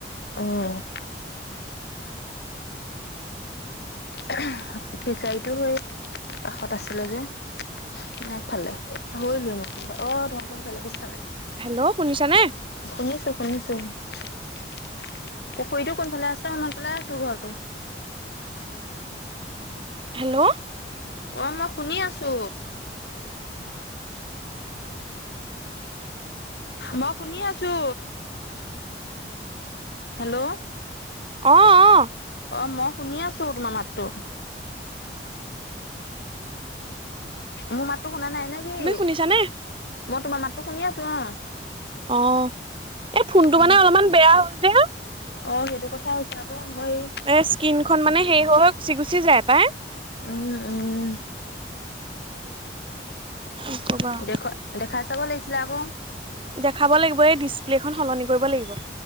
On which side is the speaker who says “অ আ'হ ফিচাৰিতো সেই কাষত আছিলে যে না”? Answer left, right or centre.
Left